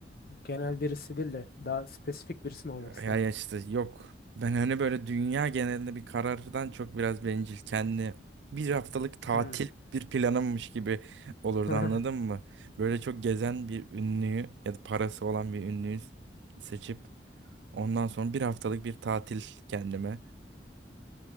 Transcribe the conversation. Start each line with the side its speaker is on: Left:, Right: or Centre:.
Left: Genel birisi değil de daha spesifik birisi mi olmak
Right: Ya
Left: isterdim?
Right: ya işte yok. Ben hani böyle dünya genelinde bir karardan çok biraz bencil. Kendi bir haftalık tatil
Left: Hmm.
Right: bir planımmış gibi olurdu
Left: <laughs>
Right: anladın mı? Böyle çok gezen bir ünlüyü ya da parası olan bir ünlüyü seçip ondan sonra bir haftalık bir tatil kendime.